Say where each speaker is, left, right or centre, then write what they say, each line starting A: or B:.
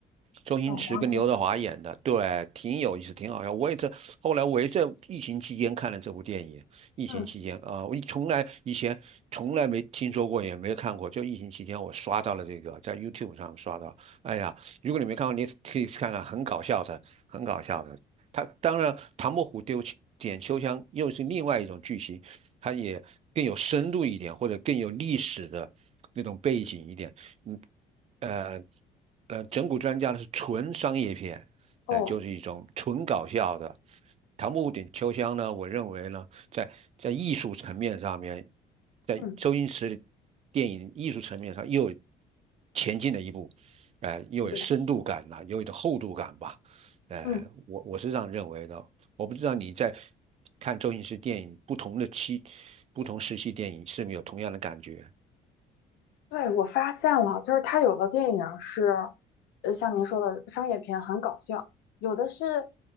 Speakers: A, on the right; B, on the left.
A: 周星驰跟刘德华演的，
B: 那我忘记了
A: 对，挺有意思，挺好笑。我也这后来我也在疫情期间看了这部电影，疫情期间啊、
B: 嗯，
A: 呃我从来以前从来没听说过，也没看过，就疫情期间我刷到了这个，在 YouTube 上刷到。哎呀，如果你没看过，你可以去看看，很搞笑的，很搞笑的。他当然，唐伯虎丢点秋香又是另外一种剧情，它也更有深度一点，或者更有历史的那种背景一点，嗯。呃。呃，整蛊专家呢是纯商业片，
B: 哦，
A: 嗯、就是一种纯搞笑的。唐伯虎点秋香呢，我认为呢，在在艺术层面上面，在周星驰的电影艺术层面上又有
B: 嗯，
A: 前进了一步，呃，又有深度感了，
B: 对，
A: 又有点厚度感吧，呃，
B: 嗯。
A: 我我是这样认为的。我不知道你在看周星驰电影不同的期、不同时期电影是不是有同样的感觉？
B: 对，我发现了，就是他有的电影是，呃，像您说的商业片很搞笑，有的是